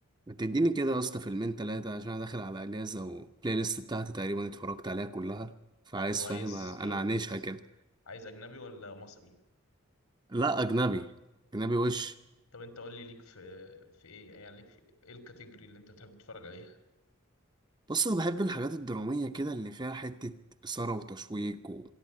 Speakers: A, on the right; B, on the left.
A: ما تديني كده يا اسطى فيلمين تلاتة عشان انا داخل على اجازة والبلاي ليست بتاعتي تقريبا اتفرجت عليها كلها فعايز
B: طب عايز
A: فاهم انا عانيشها كده
B: عايز اجنبي ولا مصري
A: لا اجنبي اجنبي وش
B: طب انت قول لي ليك في في ايه يعني ليك في ايه الكاتيجوري اللي انت بتحب تتفرج عليها
A: بص انا بحب الحاجات الدرامية كده اللي فيها حتة اثارة وتشويق